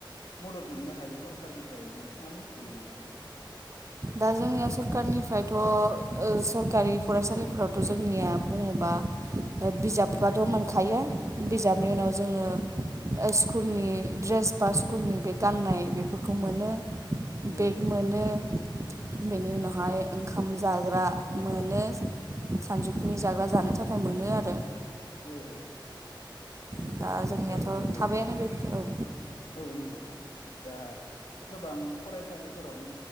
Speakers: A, on the left; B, on the right.
A: मदद मोननो हायो सरखारनिफ्राय। नोंथाङा मिथिगौ नामा एसे?
B: दा जोंनिया सरखारनिफ्रायथ' ओ सरकारि फरायसालि फोरावथ' जोंनिया बुङोबा बिजाबफोराथ' मोनखायो। बिजाबनि
A: औ
B: उनाव जोङो ओ स्कुलनि ड्रेस बा स्कुलनि बे गाननाय बेफोरखौ मोनो।
A: औ
B: बेग
A: औ
B: मोनो। बेनि उनावहाय ओंखाम जाग्रा मोनो। सानजौफुनि जाग्रा जानो थाखाय मोनो आरो।
A: औ - औ।
B: ओ दा जोंनियाथ'
A: औ जेरै
B: थाबायानो बेफोर औ।
A: औ नंगौ दा गोबां फरायसालिफोरावनो